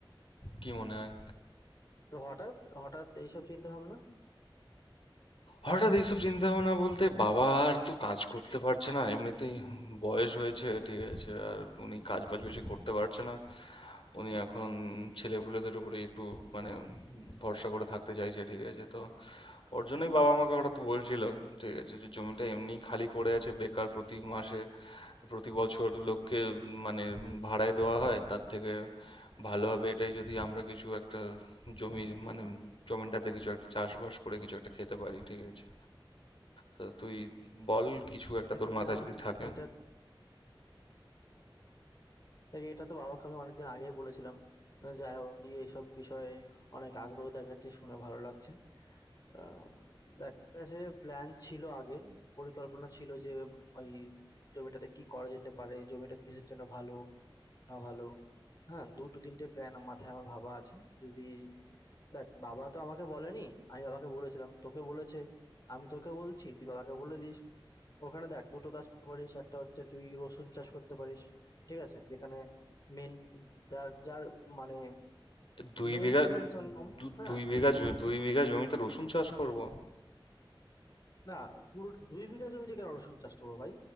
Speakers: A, on the left; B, on the left.
A: কি মনে হয়
B: তো হঠাৎ, হঠাৎ এইসব চিন্তাভাবনা?
A: হঠাৎ এইসব চিন্তা ভাবনা বলতে বাবা আর তো কাজ করতে পারছে না এমনিতেই বয়স হয়েছে ঠিক আছে আর উনি কাজ বাজ বেশি করতে পারছে না উনি এখন ছেলেপুলেদের উপরে একটু মানে ভরসা করে থাকতে চাইছে ঠিক আছে তো ওর জন্যই বাবা আমাকে হঠাৎ বলছিল ঠিক আছে যে জমিটা এমনি খালি পড়ে আছে বেকার প্রতি মাসে প্রতি বছর লোককে মানে ভাড়ায় দেওয়া হয় তার থেকে ভালো হবে এটাই যদি আমরা কিছু একটা জমি
B: হুম।
A: মানে জমিটাতে কিছু একটা চাষবাস করে কিছু একটা খেতে পারি ঠিক আছে তো তুই বল কিছু একটা
B: দেখ
A: তোর
B: এটা
A: মাথায় যদি থাকে
B: এটা দেখ এটা তো বাবাকে আমি অনেকদিন আগেই বলেছিলাম। যাই হোক তুই এইসব বিষয়ে অনেক আগ্রহ দেখাচ্ছিস শুনে ভালো লাগছে। আম দেখ কাছে প্ল্যান ছিল আগে, পরিকল্পনা ছিল যে ওই জমিটাতে কি করা যেতে পারে, জমিটা কিসের জন্য ভালো, না ভালো। হ্যাঁ, ২-৩ টে প্ল্যান মাথায় আমার ভাবা আছে। যদি দেখ বাবা তো আমাকে বলেনি আমি বাবাকে বলেছিলাম তোকে বলেছে আমি তোকে বলছি তুই বাবাকে বলে দিস ওখানে দেখ দুটো কাজ করতে পারিস একটা হচ্ছে তুই রসুন চাষ করতে পারিস ঠিক আছে যেখানে মেন যার যার মানে
A: দুই
B: মেনটেনেন্স
A: বিঘা
B: কম
A: দু-
B: হ্যাঁ
A: দুই বিঘা
B: কিন্তু
A: জ- দুই বিঘা জমিতে রসুন চাষ করব
B: না পুরো দুই বিঘা জমিতে কেন রসুন চাষ করবো ভাই